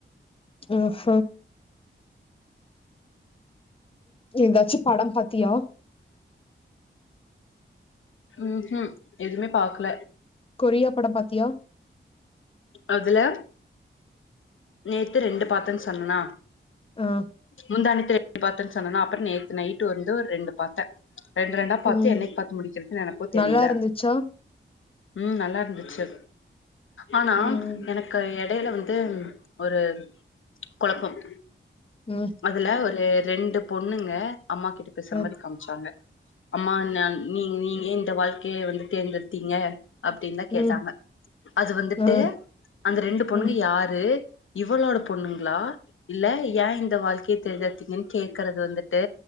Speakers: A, on the left; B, on the left.
A: ஆஹ ஏதாச்சு படம் பாத்தியா
B: ம்ஹும் எதுமே பாக்ல
A: கொரியா படம் பாத்தியா
B: அதுல நேத்து ரெண்டு பாத்தன் சொன்னனா
A: ஆ
B: முந்தா நேத்து ரெண்டு பாத்தன் சொன்னனா அப்புறோ நேத்து நைட்டு வந்து ஒரு ரெண்டு பாத்த ரெண்டு ரெண்டா பாத்து
A: ம்
B: என்னைக்கு பாத்து முடிக்கற்துன்னு எனக்கு தெரில
A: நல்லா இருந்துச்சா
B: ம் நல்லா இருந்துச்சு ஆனா
A: ம்
B: எனக்கு எடைல வந்து ஒரு கொலப்பம்
A: ம்
B: அதுல ஒரு ரெண்டு பொண்ணுங்க அம்மா கிட்ட பேசுற
A: ஆ
B: மாரி காம்ச்சாங்க அம்மா நா நீ நீங்க ஏ இந்த வாழ்க்கைய வந்து தேர்ந்தெடுத்தீங்க அப்பிடின்தா கேட்டாங்க
A: ம்
B: அது வந்துட்டு
A: ஆ
B: அந்த ரெண்டு பொண்ணுங்க
A: ம்
B: யாரு இவளோட பொண்ணுங்களா இல்ல ஏ இந்த வாழ்க்கைய தேர்ந்தெடுத்தீங்கன்னு கேக்கறது வந்துட்டு